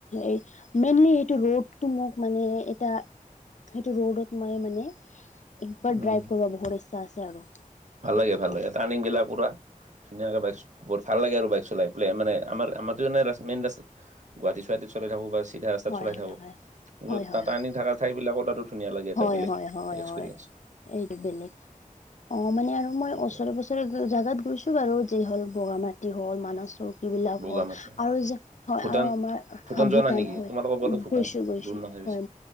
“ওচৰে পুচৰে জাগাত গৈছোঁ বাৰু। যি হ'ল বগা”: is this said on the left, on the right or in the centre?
Left